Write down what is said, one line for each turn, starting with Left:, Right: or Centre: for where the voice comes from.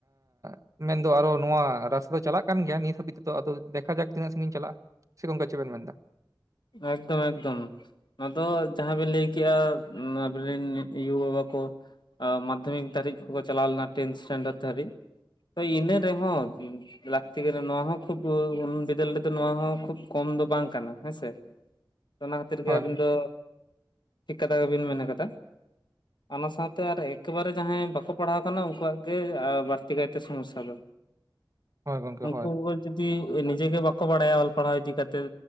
Right: ᱮᱸ ᱢᱮᱱᱫᱚ ᱟᱨᱚ ᱱᱚᱣᱟ ᱨᱟᱥᱛᱟ ᱫᱚ ᱪᱟᱞᱟᱜ ᱠᱟᱱ ᱜᱮᱭᱟ ᱱᱤᱛ ᱦᱵᱤᱡ ᱛᱮᱫᱚ ᱟᱫᱚ ᱫᱮᱠᱷᱟ ᱡᱟᱠ ᱛᱤᱱᱟᱹᱜ ᱥᱟᱺᱜᱤᱧ ᱪᱟᱞᱟᱜᱼᱟ᱾ ᱥᱮ ᱜᱚᱝᱠᱮ ᱪᱮᱫ ᱵᱮᱱ ᱢᱮᱱ ᱮᱫᱟ?
Left: ᱮᱠᱫᱚᱢ ᱮᱠᱫᱚᱢ᱾ ᱱᱚᱣᱟ ᱫᱚ ᱡᱟᱦᱟᱸ ᱵᱮᱱ ᱞᱟᱹᱭ ᱠᱮᱜᱼᱟ ᱟᱵᱮᱱ ᱨᱮᱱ ᱭᱩ ᱵᱟᱵᱟ ᱠᱚ ᱢᱟᱫᱽᱫᱷᱚᱢᱤᱠ ᱫᱷᱟᱹᱨᱤᱡ ᱠᱚᱠᱚ ᱪᱟᱞᱟᱣ ᱞᱮᱱᱟ ᱴᱮᱱ ᱥᱴᱮᱱᱰᱟᱨᱵ ᱫᱷᱟᱹᱨᱤᱡ, ᱛᱚ ᱤᱱᱟᱹ ᱨᱮᱦᱚᱸ ᱞᱟᱹᱠᱛᱤ ᱠᱟᱱᱟ ᱱᱚᱣᱟ ᱦᱚᱸ ᱠᱷᱩᱵ ᱩᱱ ᱵᱤᱫᱟᱹᱞ ᱨᱮᱫᱚ ᱱᱚᱣᱟ ᱦᱚᱸ ᱠᱷᱩᱵ ᱠᱚᱢ ᱫᱚ ᱵᱟᱝ ᱠᱟᱱᱟ, ᱦᱮᱸ ᱥᱮ? ᱚᱱᱟ ᱠᱷᱟᱹᱛᱤᱨ ᱜᱮ
Right: ᱦᱳᱭ
Left: ᱟᱹᱵᱤᱱ
Right: ᱦᱳᱭ
Left: ᱫᱚ ᱴᱷᱤᱠ ᱠᱟᱛᱷᱟ ᱜᱮᱵᱤᱱ ᱢᱮᱱ ᱠᱟᱫᱟ᱾
Right: <inaudible>
Left: ᱚᱱᱟ ᱥᱟᱶᱛᱮ ᱟᱨ ᱮᱠᱮᱵᱟᱨᱮ ᱡᱟᱦᱟᱸᱭ ᱵᱟᱠᱚ ᱯᱟᱲᱦᱟᱣ ᱠᱟᱱᱟ ᱩᱱᱠᱩᱣᱟᱜ ᱜᱮ ᱵᱟᱹᱲᱛᱤ ᱠᱟᱭᱛᱮ ᱥᱚᱢᱚᱥᱥᱟ ᱫᱚ᱾
Right: ᱦᱳᱭ ᱜᱚᱝᱠᱮ
Left: ᱩᱱᱠᱩ
Right: ᱦᱳᱭ
Left: ᱠᱚᱜᱮ ᱡᱩᱫᱤ ᱱᱤᱡᱮ ᱜᱮ ᱵᱟᱠᱚ ᱵᱟᱲᱟᱭᱟ ᱚᱞ ᱯᱟᱲᱦᱟᱣ ᱡᱫᱤ ᱠᱟᱛᱮᱫ,